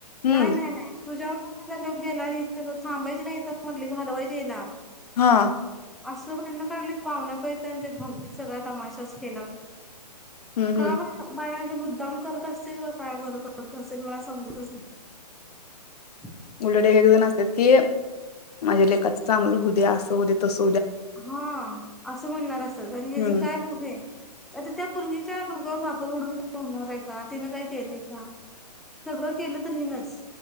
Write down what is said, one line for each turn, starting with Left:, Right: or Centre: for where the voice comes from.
Left: हम्म
Centre: नाही नाही नाही तुझ्या माझा लोक गेल्या र तर थांबायचे नाही म्हटली घालवायच हिला
Left: हा
Centre: असं भांडण काढली पाहुन्या पियाचा भावकीत सगळा तमाशाच केला
Left: हम्म
Centre: का
Left: हम्म
Centre: बा मायाच्या मुद्द काम करत असतील का काय बरं करत असेल मला समजतच नाही
Left: उलट एक जण असतेात ती माझ्या लेखाच चांगलं हो दे असं हो तस
Centre: हा असं म्हणणार अस आणि
Left: हम्म
Centre: ह काय बघ आहे आता त्या पुरगीच्या डोक्या वर खापर फोडून होणार आहे का तिनं काय केलंय का सगळं केलं तर हीन च